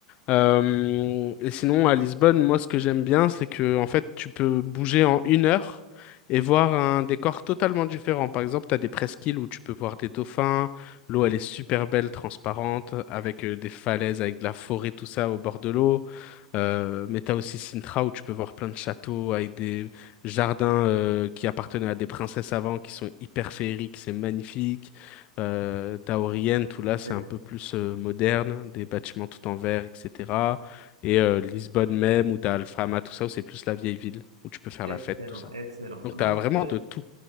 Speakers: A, on the left; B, on the right.
A: Euh, et sinon, à Lisbonne, moi, ce que j'aime bien, c'est que, en fait, tu peux bouger en une heure et voir un décor totalement différent. Par exemple, tu as des presqu'îles où tu peux voir des dauphins, l'eau, elle est super belle, transparente, avec euh, des falaises, avec de la forêt, tout ça au bord de l'eau. Euh, mais tu as aussi Sintra où tu peux voir plein de châteaux avec des jardins euh, qui appartenaient à des princesses avant, qui sont hyper féeriques, c'est magnifique. Euh, Taormine, tout là,
B: Excellent,
A: c'est un peu plus euh, moderne, des bâtiments tout en verre, etc. Et euh, Lisbonne même, où t'as Alfama, tout ça, où c'est plus la vieille ville, où tu peux faire
B: excellent.
A: la fête, tout ça.
B: excellent.
A: Donc
B: Donc,
A: t'as vraiment
B: euh,
A: de tout.